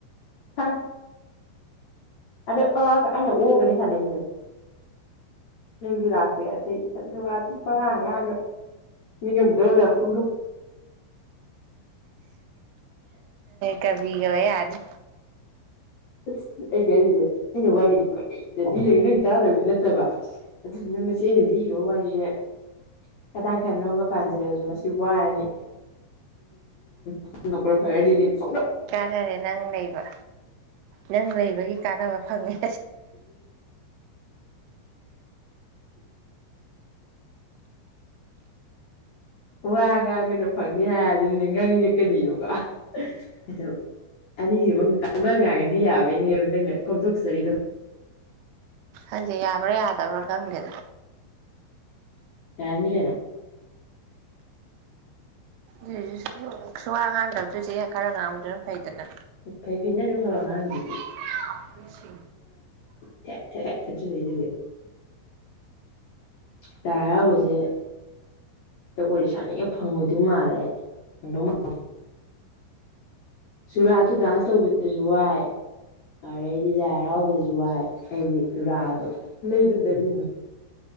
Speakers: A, on the left (about 55°); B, on the right (about 90°).
A: ꯍꯥꯥ ꯑꯗ ꯑꯒ ꯑꯩꯅ ꯑꯣꯒꯅꯤ ꯁꯥꯟꯅꯩꯁꯦ ꯂꯁꯨ ꯂꯥꯛꯇꯦ ꯑꯗꯩꯊꯟꯗ ꯋꯥ ꯑꯗꯨꯝ ꯄꯉꯥꯡ ꯉꯥꯡꯒ ꯃꯤ ꯗ ꯄꯨ
B: ꯀꯕꯤ ꯑꯣꯏ ꯌꯥꯔꯅꯤ
A: ꯑꯁ ꯑꯩ ꯀꯔꯤꯁꯦ ꯑꯩꯅ ꯋꯥꯔꯤꯁꯦ ꯄꯂꯛꯏꯗꯗꯤ ꯅꯪ ꯆꯥꯗꯕꯗꯤ ꯅꯠꯇꯕ ꯑꯗꯨꯗꯨꯅ ꯃꯆꯦ ꯑꯩꯅ ꯂꯤꯈꯣ ꯋꯥꯔꯤꯁꯦ ꯈꯗꯥꯡ ꯈꯔ ꯅꯣꯝꯕ ꯄꯥꯟꯖꯔꯁꯨ ꯃꯁꯤ ꯋꯥꯔꯅꯤ ꯐꯣꯟ ꯐꯔ ꯐꯣꯟ
B: ꯍꯥꯏꯇꯥꯔꯦ ꯅꯪ ꯂꯩꯕ ꯅꯪ ꯂꯩꯕꯒꯤ ꯀꯥꯟꯅꯕ ꯐꯪꯉꯦ
A: ꯋꯥ ꯉꯥꯡꯈꯅ ꯐꯪꯅꯤ ꯍꯥꯏ ꯑꯗꯨꯅꯅꯦ ꯉꯪ ꯀꯀꯅꯤꯕꯀꯣ ꯑꯗꯨ ꯑꯅꯤꯁꯤꯃꯛ ꯑꯃ ꯉꯥꯡꯉꯗꯤ ꯌꯥꯕꯩꯅꯦꯕ ꯅꯪꯅ ꯀꯣꯝꯊꯣꯛꯆꯆꯔꯤꯗꯣ
B: ꯍꯪꯖꯤ ꯌꯥꯕ꯭ꯔꯥ ꯌꯥꯗꯕ꯭ꯔꯥ ꯈꯪꯗꯦꯗ
A: ꯌꯥꯔꯅꯤ ꯀꯩꯅꯣ
B: ꯌꯥꯗ ꯁ ꯁꯨꯋꯥ ꯉꯥꯡꯗꯕꯗꯣꯏꯁꯦ ꯈꯔ ꯉꯥꯡꯕꯗꯅ ꯐꯩꯗꯅ
A: ꯐꯩ ꯐꯩ ꯅꯪ ꯑꯗꯨꯝ ꯈꯔ
B: ꯑ
A: ꯈꯔ ꯉꯥꯡꯉꯤꯗꯨꯗꯤ
B: ꯃꯤꯁꯤ
A: ꯇꯒꯦ ꯂꯥꯏ ꯍꯔꯥꯎꯕꯁꯦ ꯖꯒꯣꯏꯗꯤ ꯁꯥꯥꯅꯤꯡꯉꯦ ꯐꯪꯉꯣꯏꯗꯣꯏ ꯃꯥꯜꯂꯦ ꯑꯩ ꯐꯪꯗꯧ ꯃꯥꯟ ꯁꯨꯔꯗꯨ ꯗꯥꯥꯟꯁ ꯇꯧꯕꯗꯁꯨ ꯋꯥꯏ ꯑꯔꯩꯗꯤ ꯂꯥꯏ ꯍꯔꯥꯎꯕꯗꯁꯨ ꯋꯥꯏ ꯑꯩꯗꯤ ꯌꯨꯔꯥꯗꯣ ꯂꯩꯗꯨꯝ ꯂꯩꯅꯤꯡꯏ